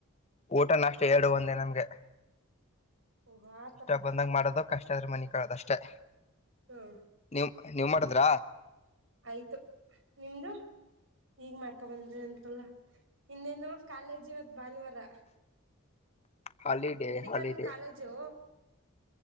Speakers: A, on the left; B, on the right.
A: ಊಟನ ಅಷ್ಟೇ ಎರಡು ಒಂದೇ ನಮ್ಗೆ
B: ಓ ಆತರ
A: ಇಷ್ಟ ಬಂದಂಗ ಮಾಡೋದು ಕಷ್ಟ ಅದ್ರ ಮನಿ ಕದಷ್ಟೇ
B: ಹ್ಮ್
A: ನೀವ್ ನೀವ್ ಮಾಡದ್ರ
B: ಆಯ್ತು ನಿಮ್ದು ಈಗ್ ಮಾಡ್ಕೊ ಬಂದ್ರಿ ಅಂತಲ್ಲ ಇನ್ನೇನು ಕಾಲೇಜ್ ಇವತ್ ಭಾನುವಾರ
A: ಹಾಲಿಡೇ
B: ಮುಗೀತಾ
A: ಹಾಲಿಡೇ
B: ನಿಮ್ ಕಾಲೇಜು